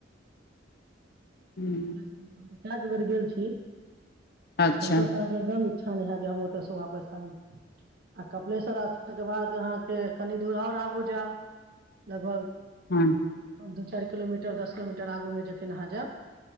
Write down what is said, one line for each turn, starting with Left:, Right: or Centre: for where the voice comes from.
Left: <inaudible> हूँ
Right: कए बेर गेल छी त
Left: अच्छा
Right: ओतयसे अहाँकेदम इछा इक्ष नइ हैत जे हम ओतएसँ वापस आबी आ कपिलेश्वर स्थान के बाद अहाँके कनी दूर आओर आगू जायब लगभग
Left: हाँ
Right: दू चार किलोमीटर दश किलोमीटर आगू मे जखन अहाँ जायब